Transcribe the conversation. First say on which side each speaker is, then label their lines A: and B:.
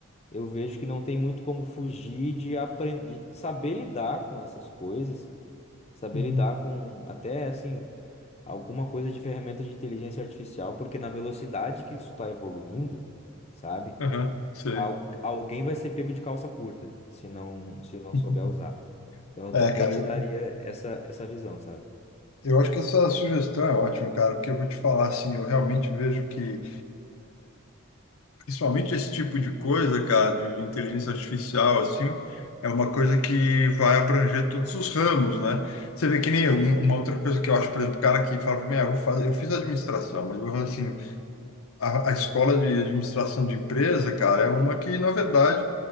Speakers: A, on the left; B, on the left.
A: eu vejo que não tem muito como fugir de aprender, de saber lidar com essas coisas, saber
B: uhum,
A: lidar com até assim alguma coisa de ferramenta de inteligência artificial, porque na velocidade que isso está evoluindo, sabe?
B: aham, sei.
A: Al- alguém vai ser pego de calça curta se não se não
B: <laughs>
A: souber usar. Então eu
B: É,
A: também
B: cara,
A: te
B: eu,
A: daria essa essa visão, sabe?
B: Eu acho que essa sugestão é ótima, cara, porque eu vou te falar assim, eu realmente vejo que, principalmente esse tipo de coisa, cara, de, de inteligência artificial, assim, é uma coisa que vai abranger todos os ramos, né? Você vê que nem eu,
A: Sim.
B: um- uma outra coisa que eu acho, por exemplo, o cara que fala para mim, ah, eu vou fazer, eu fiz administração, mas eu vou assim, a, a escola de administração de empresa, cara, é uma que, na verdade,